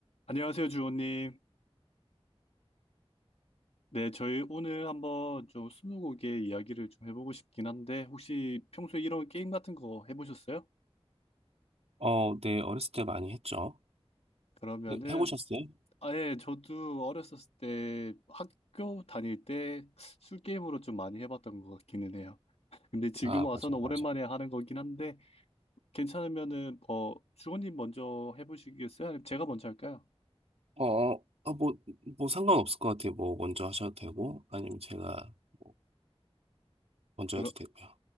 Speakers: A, on the left; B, on the right.
A: 안녕하세요, 주호님. 네, 저희 오늘 한번 좀 스무고개 이야기를 좀 해보고 싶긴 한데, 혹시 평소에 이런 게임 같은 거 해보셨어요?
B: 어, 네, 어렸을 때 많이 했죠.
A: 그러면은,
B: 네, 해보셨어요?
A: 아예 저도 어렸었을 때 학교 다닐 때 술게임으로 좀 많이 해봤던 것 같기는 해요. 근데 지금
B: 아,
A: 와서는
B: 맞아요,
A: 오랜만에
B: 맞아요.
A: 하는 거긴 한데, 괜찮으면은, 어, 주호님 먼저 해보시겠어요? 아니면 제가 먼저 할까요?
B: 어, 어, 어, 뭐, 뭐 상관없을 것 같아요. 뭐, 먼저 하셔도 되고, 아니면 제가 뭐 먼저
A: 그러,
B: 해도 되고요.